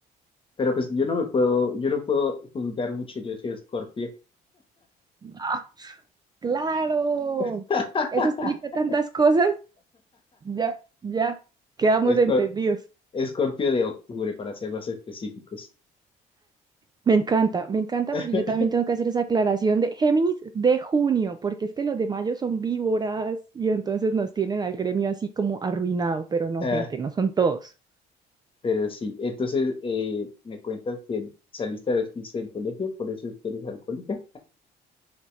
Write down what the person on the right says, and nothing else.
Ah, claro.
Eso explica tantas cosas. Ya, ya, quedamos
entendidos.
Me encanta, me encanta
porque yo también tengo que hacer esa aclaración de Géminis de junio, porque es que los de mayo son víboras y entonces nos tienen al gremio así como arruinado, pero no,
gente, no son todos.